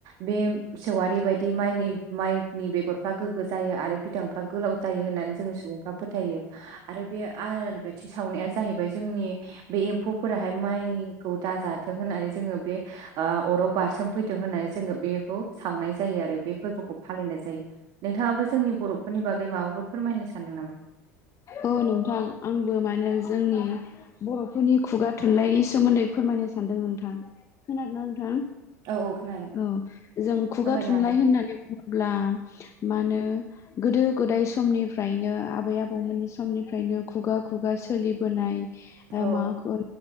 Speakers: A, on the right (about 55°); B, on the left (about 35°).
A: बे सेवआारिबायायदि माइनि माइनि बेगरफ्रा गोग्गो जायो आरो बिदांफ्रा गोलाव जायो होननानै जोङो सुबुंफ्रा फोथायो। आरो बे आलारि बाथि सावनाया जाहैबाय जोंनि बे एम्फौफोराहाय माइखौ दाजाथों होननानै जोङो बे अराव बारसोम फैथों होननानै जोङो बेखौ सावनाय जायो आरो बे फोरबोखौ फालिनाय जायो। नोंथाङाबो जोंनि बर'फोरनि बागै माबाफोर फोरमायनो सानदों नामा?
B: औ नोंथां आंबो मानै जोंनि बर'फोरनि खुगा थुनलाइनि सोमोन्दै फोरमायनो सानदों नोंथां। खोनादोंना नोंथां?
A: औ खोनादों
B: औ जों खुगा
A: फोरमायनो
B: थुनलाइ
A: हागोन
B: होननानै बुङो ब्ला मा होनो गोदो गोदाय समनिफ्रायनो आबै आबौमोननि समनिफ्रायनो खुगा खुगा सोलिबोनाय
A: औ
B: माबाखौ